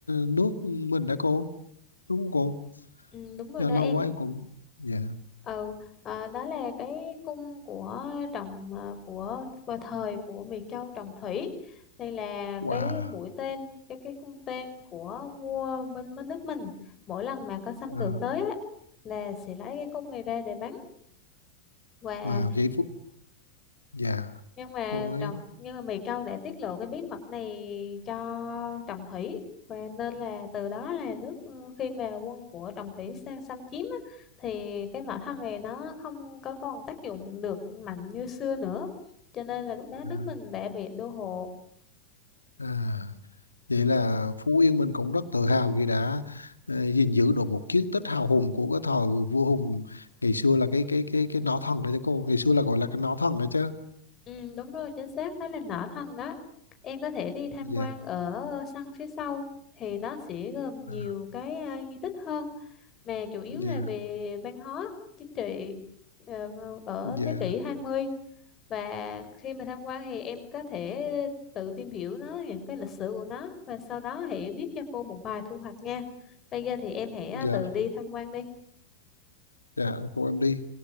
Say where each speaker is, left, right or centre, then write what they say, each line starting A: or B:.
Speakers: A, on the left (about 80°); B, on the left (about 25°).
A: nước mình đó cô đúng không cô
B: ừ, đúng rồi
A: dạ,
B: đó
A: lâu
B: em.
A: quá em cũng dạ
B: Ừ, ờ, đó là cái cung của trồng ờ, của vào thời của Miệt Châu Trọng Thủy. Đây là
A: wow
B: cái mũi tên, cái cái cung tên của vua bên bên nước mình. Mỗi lần mà có xâm
A: Ờ,
B: lược tới á, là sẽ lấy cái cung này ra để bắn. Và
A: wow giây phút dạ
B: nhưng mà
A: cô nói
B: trọng nhưng mà Mỹ Châu đã tiết lộ cái bí mật này cho Trọng Thủy và nên là từ đó là nước ừ, khi mà quân của Trọng Thủy sang xâm chiếm á, thì cái mỏ than này nó không có còn tác dụng được mạnh như xưa nữa cho nên là lúc đó nước
A: à,
B: mình đã bị đô hộ
A: à. Vậy
B: ừ,
A: là Phú Yên mình cũng rất tự hào khi đã ờ, gìn giữ được một chiến tích hào hùng của cái thời vua Hùng ngày xưa là cái cái cái cái nỏ thần đấy cho cô ngày xưa là gọi là cái nỏ thần đấy chứ
B: ừ, đúng rồi chính xác đó là nỏ thân đó em có thể đi tham
A: dạ
B: quan ở sân phía sau thì nó sẽ gồm
A: à,
B: nhiều cái à, di tích hơn mà chủ yếu
A: dạ
B: là về văn hóa, chính trị ờ, ở
A: dạ
B: thế kỷ hai mươi và khi mà tham quan thì em có thể tự tìm hiểu nó những cái lịch sử của nó và sau đó hãy viết cho cô một bài thu hoạch nha. Bây giờ thì em hãy ờ,
A: dạ
B: tự đi tham quan đi.
A: dạ cô em đi